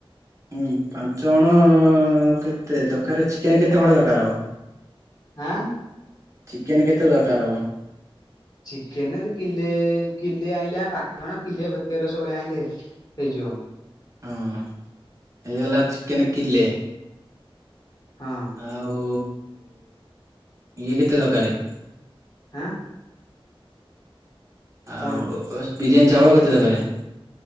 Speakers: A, on the right; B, on the left.
A: ହୁଁ ପାଞ୍ଚଗଣ କେତେ ଦରକାର ଚିକେନ କେତେ ଖଡ ଦରକାର ହବ।
B: ଆଁ
A: ଚିକେନ କେତେ ଦରକାର ହବ।
B: ଚିକେନ ତ କିଲେ କିଲେ ଆଣିଲେ ପାଞ୍ଚ ଜଣ କିଲେତି ରସ ଭଳିଆ ଆଣିଲେ ହେଇଯିବ।
A: ହଁ ହେଇଗଲା ଚିକେନ କିିଲେ।
B: ହଁ।
A: ଆଉ ଇଏ କେତେ ଦରକାର
B: ଆଁ
A: ଆଉ
B: କଣ
A: ବିରିୟାନୀ ଚାଉଳ କେତେ ଦରକାର?